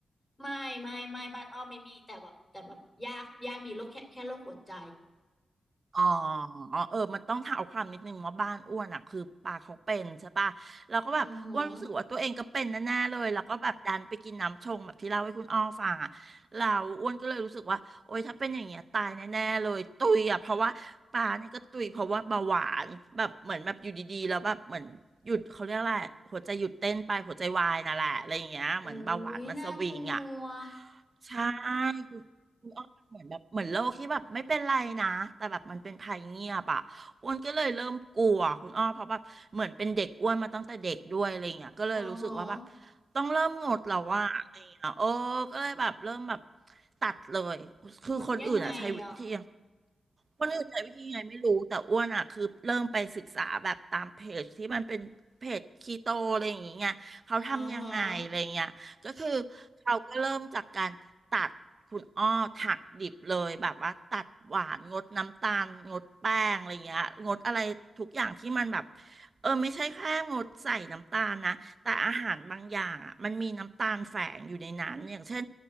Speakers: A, on the left; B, on the right.
A: ไม่ไม่ไม่บ้านอ้อมไม่มีแต่แบบแต่แบบยากยากมีโรคแค่แค่โรคหัวใจ
B: อ๋อเออมันต้องเท้าความนิดนึงว่าบ้านอ้วนอ่ะคือปลาเขาเป็นใช่ปะแล้วก็แบบอ้วนรู้สึกว่าตัวเองก็เป็นแน่ๆเลยแล้วก็แบบดันไปกินน้ำชงแบบที่เล่าให้คุณอ้อฟังอ่ะแล้วอ้วนก็เลยรู้สึกว่าโอ๊ยถ้าเป็นอย่างเงี้ยตายแน่ๆเลยตุยอ่ะเพราะว่าปลาเนี่ยก็ตุยเพราะว่าเบาหวานแบบเหมือนแบบอยู่ดีๆแล้วแบบเหมือนหยุดเขาเรียกอะไรหัวใจหยุดเต้นไปหัวใจวายน่ะแหละอะไรอย่างเงี้ยเหมือนเบาหวานมันสวิงอ่ะ
A: อือหือโอ้ยน่ากลัว
B: ใช่คุณคุณอ้อมันเหมือนแบบเหมือนโลกที่แบบไม่เป็นไรนะแต่แบบมันเป็นภัยเงียบอ่ะอ้วนก็เลยเริ่มกลัวคุณอ้อเพราะแบบเหมือนเป็นเด็กอ้วนมาตั้งแต่เด็กด้วยอะไรเงี้ยก็เลยรู้สึกว่าแบบ
A: อือหือ
B: ต้องเริ่มงดแล้วว่าอะไรเงี้ยโอ้ก็เลยแบบเริ่มแบบตัดเลยคือคนอื่นอะใช้วิธี
A: งดยังไงอ่ะ
B: อ้วนอื่นใช้วิธียังไงไม่รู้แต่อ้วนอ่ะคือเริ่มไปศึกษาแบบตามเพจที่มันเป็นเพจคีโตอะไรอย่างเงี้ยเขาทำยังไงอะไรเงี้ยก็คือ
A: อือหือ
B: เขาก็เริ่มจากการตัดคุณอ้อถักดิบเลยแบบว่าตัดหวานงดน้ำตาลงดแป้งอะไรเงี้ยงดอะไรทุกอย่างที่มันแบบเออไม่ใช่แค่งดใส่น้ำตาลนะ แต่อาหารบางอย่างอ่ะมันมีน้ำตาลแฝงอยู่ในนั้นอย่างเช่น